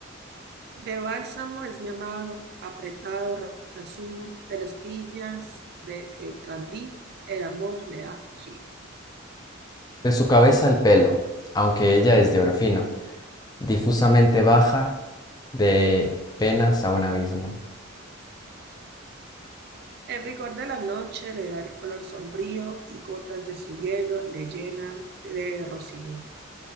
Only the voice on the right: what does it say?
De bálsamo es mi amado, apretado racimo de las viñas de eh, Gandí, el amor le ha cogido.
El rigor de la noche le da el color sombrío y gotas de su hielo le llenan de rocío.